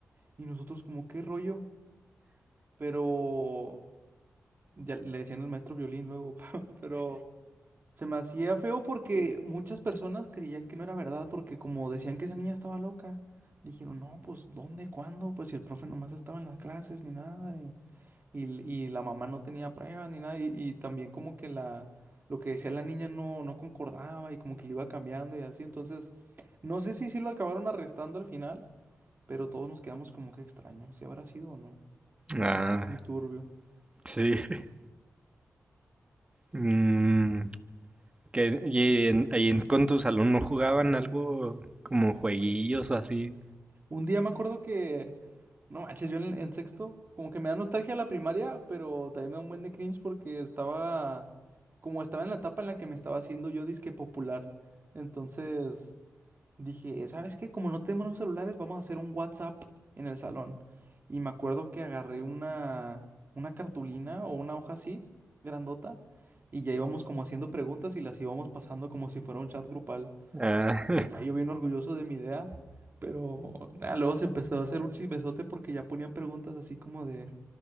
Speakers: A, on the right; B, on the right.
A: y nosotros como, ¿qué rollo? Pero ya le decían el maestro violín luego, <laughs> pero se me hacía feo porque muchas personas creían que no era verdad, porque como decían que esa niña estaba loca, dijeron, no, pues, ¿dónde, cuándo? Pues si el profe nomás estaba en las clases ni nada, y, y la mamá no tenía pruebas ni nada. Y, y también como que la, lo que decía la niña no, no concordaba y como que le iba cambiando y así. Entonces, no sé si sí lo acabaron arrestando al final, pero todos nos quedamos como que extraño, si habrá sido o no.
B: Ah,
A: Muy turbio.
B: sí. <laughs> Mm, que, y en- ahí en- con tus alumnos jugaban algo como jueguillos o así.
A: Un día me acuerdo que, no manches, yo en, en sexto, como que me da nostalgia la primaria, pero también me da un buen de cringe porque estaba, como estaba en la etapa en la que me estaba haciendo yo disque popular. Entonces... Dije, ¿sabes qué? Como no tenemos los celulares, vamos a hacer un WhatsApp en el salón. Y me acuerdo que agarré una, una cartulina o una hoja así, grandota, y ya íbamos como haciendo preguntas y las íbamos pasando como si fuera un chat grupal.
B: Ah,
A: Y ya yo bien orgulloso de mi idea, pero nada, luego se empezó a hacer un chismesote porque ya ponían preguntas así como de,